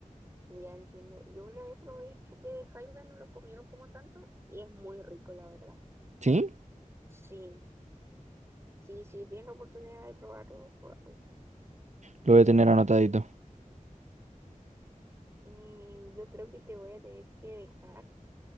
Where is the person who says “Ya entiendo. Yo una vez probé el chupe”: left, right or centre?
Right